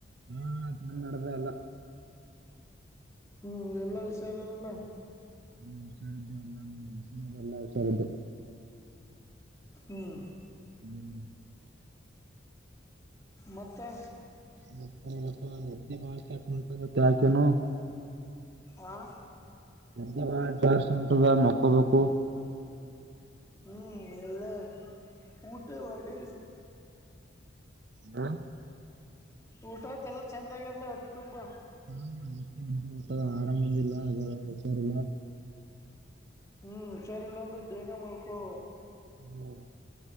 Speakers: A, on the right; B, on the left.
A: ಹಾ ಚಂದ್ ನಡದಾದ ಎಲ್ಲ.
B: ಹ್ಮ್ ಎಲ್ಲಾ ಹುಷಾರಾರಲ್ಲ.
A: ಹ್ಮ ಹುಷಾರು ಅದವಿ ಎಲ್ಲ ಎಲ್ಲ ಹುಷಾರದ್ದವಿ.
B: ಹ್ಮ್
A: ಹ್ಮ್
B: ಮತ್ತೆ
A: ಮತ್ತೇನಿಲ್ಲಪ್ಪಾ ನಿದ್ದಿ ಭಾಳ ಕೆಟ್ಟ ಹೊಂಟುದ್ ಇವತ್ತ್ ಯಾಕ್ ಏನೋ.
B: ಹಾಂ
A: ನಿದ್ದಿ ಭಾಳ ಜಾಸ್ತ ಹೊಂಟುದ್ ಮಕ್ಕೋಬೇಕು.
B: ಹ್ಮ್ ಎಲ್ಲ ಊಟ ಮಾಡಿ
A: ಹಾ
B: ಊಟ ಆತ್ ಎಲ್ಲ ಚಂದ ಆಗ್ಯದ್ಲಾ ಹೊಟ್ಟಿ ತುಂಬಾ.
A: ಹ್ಮ <inaudible> ಆರಾಮಿದಿಲ್ಲ ಅ ಜರಾ ಹಷಾರಿಲ್ಲ
B: ಹ್ಮ್ ಹುಷಾರಿಲ್ಲಾ ಅಂದ್ರ ಬೇಗ ಮಲ್ಕೋ
A: ಹ್ಮ್